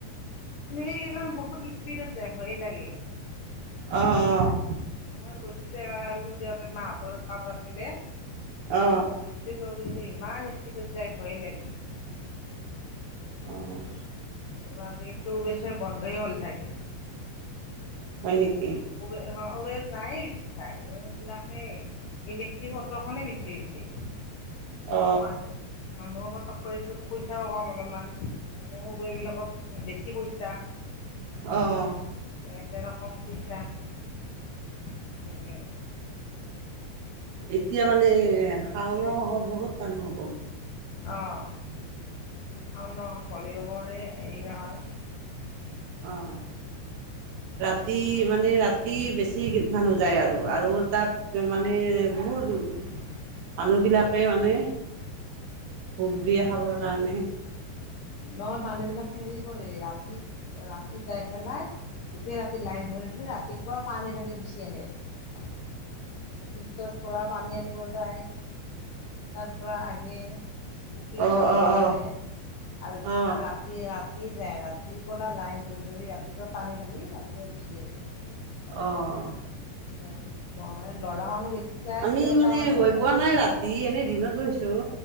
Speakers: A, on the left (about 75°); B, on the right (about 70°).
A: মানে সেইকেইখন বহুত স্পীডত যাই ভয়ে লাগে।
B: অ', অ',
A: মই গৈছিলোঁ দে মাহতৰ কাজ আছিলে
B: অ অ
A: গৈছিলোঁ। কিন্তু ইমান স্পীডত যাই ভয়ে লাগে।
B: অ',
A: আৰু আজিটো পিছে বন্ধই হ'ল ছাগে।
B: হয় নেকি?
A: খুবেই আহ অ ৰিক্সা নায়েই বেছি ভাগ এইবিলাকে ইলেক্ট্ৰিক অটখনে বেছি হৈছে <unintelligible>
B: অ
A: মানুহ মানুহো পটক কৰি পইচাওঁ কম অলপমান মানে উবেৰবিলাকত বেছি পইচাঁ এয়াতে
B: অ
A: আৰু কম পইচা তাকেই আৰু
B: এতিয়া মানে শাওণৰ মাহত বহুত মানুহ হ'ব।
A: অ', শাওনৰ ভলিবমৰেই হেৰি নহয়
B: অ',
A: <inaudible>
B: ৰাতি মানে ৰাতি বেছি মানুহ যায় আৰু, আৰু তাত মানে বহুত
A: <inaudible>
B: মানুহবিলাকে মানে ভোক দিয়ে খাবৰ কাৰণে
A: নহয় মানুহ বিলাকে হেৰি কৰে ৰাতি ৰাতি যাই পেলাই গোটেই ৰাতি লাইন ধৰি ধৰি ৰাতিপুৱা পানী ধালি গুচি আহে বৈশিষ্ট্যৰ পুৰা পানী আনিব যায় তাৰ পৰা আহিএ শুক্লেশ্বৰততো
B: অ অ
A: ভালে
B: অ
A: আৰু কিছুমানে
B: অ
A: ৰাতি ৰাতি যায় ৰাতিপুৱা লাইন ধৰি ধৰি ৰাতিপুৱা পানী ঢালি ৰাতিপুৱা গুচি আহে
B: অহ
A: মই মানে ল'ৰা মানুহ বেছি যায়
B: আমি
A: তিৰোতা
B: মানে
A: মানুহো
B: গৈ
A: যায়
B: পোৱা নাই ৰাতি এনে দিনত গৈছোঁ